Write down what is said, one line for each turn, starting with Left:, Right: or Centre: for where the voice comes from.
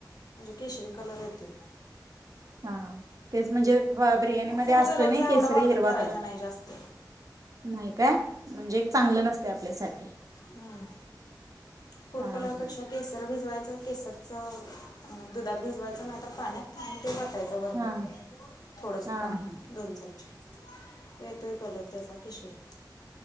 Left: केशरी कलर येतोय.
Right: हा तेच म्हणजे ब बिर्याणी मध्ये
Left: फूड
Right: असतोय
Left: कलरचा
Right: न केसरी
Left: एवढा वापर
Right: हिरवा
Left: करायचा
Right: कलर
Left: नाही जास्त
Right: नाही काय? म्हणजे चांगल नसतय आपल्यासाठी
Left: हूं फूड
Right: हा
Left: कलरपेक्षा
Right: हा
Left: केसर भिजवायच केसरच दुधात भिजवायच नाही तर पाण्यात ते वतयाच वरणं
Right: हा
Left: थोडस
Right: हा
Left: पाणी
Right: हा
Left: दोन चमचे एतोय कलर त्याचा केशरी